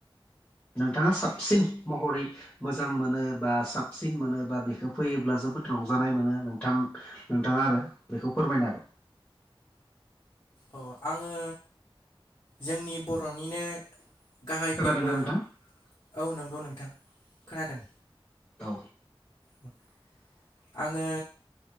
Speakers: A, on the left (about 15°); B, on the left (about 40°).
A: नोंथाङा साबसिन महरै मोजां मोनो। बा साबसिन मोनो बा बेखौ फैयोब्ला जोबोद रंजानाय मोनो नोंथां। नोंथाङा आरो बेखौ फोरमायनो हागोन।
B: औ आङो जोंनि बर'निनो गाहाय
A: खोनादोंना
B: फोरबो
A: नोंथां
B: औ नंगौ नोंथां खोनादों।
A: औ।
B: <unintelligible> आङो